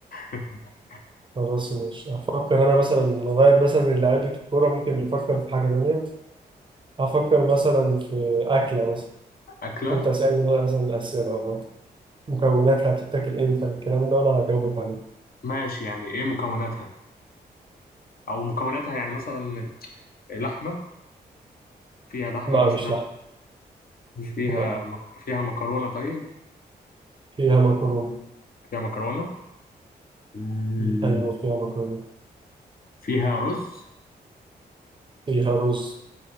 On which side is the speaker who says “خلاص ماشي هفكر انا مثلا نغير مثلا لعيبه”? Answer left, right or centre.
Right